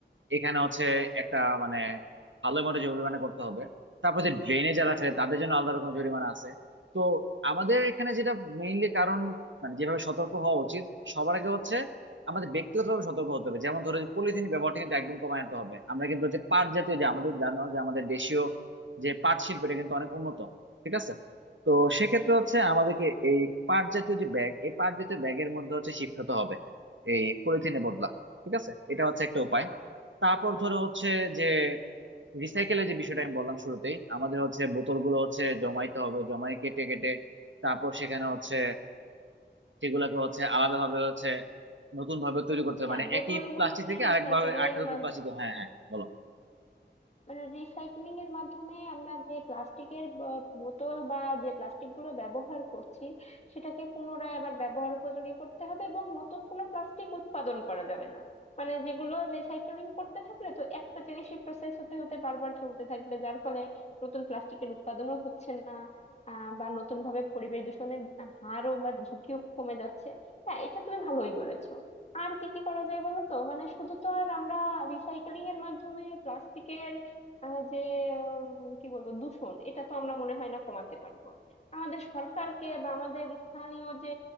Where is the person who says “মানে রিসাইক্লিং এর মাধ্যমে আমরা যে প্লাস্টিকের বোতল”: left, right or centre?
Left